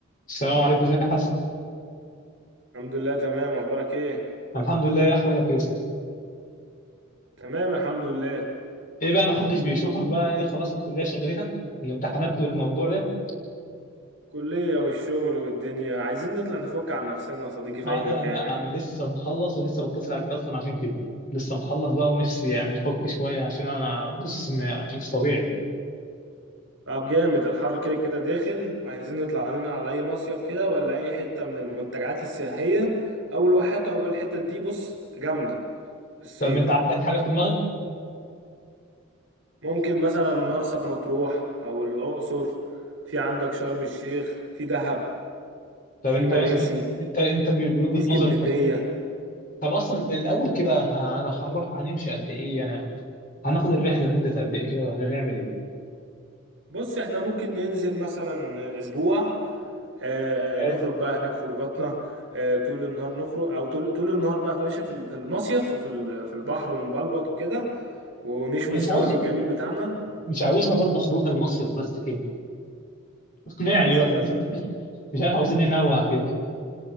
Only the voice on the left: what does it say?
السلام عليكم ازيك يا حسن
الحمد لله يا احوالك يا اسطى
ايه بقى محدش بيشوفك بقى ايه خلاص الكليه شغلتك الامتحانات والموضوع ده
عادي
انا انا لسه مخلص ولسه بتصل عليك اصلا عشان كده لسه مخلص بقى ونفسي يعني نفك شويه عشان انا بص م- مش طبيعي
طب انت عندك حاجه في دماغك
طب
انت
مثلا انت انت من وجهه
نظرك مثلا طب اصلا الاول كده ه- انا هنروح هنمشي قد ايه يعني هناخد الرحله لمده قد ايه كده وهنعمل ايه
تمام.
انا
مش عاوز
مش عاوزها برضه خروج المصيف بس كده اقنعني
بقى
<laughs> مش عارف عاوزين ننوع كده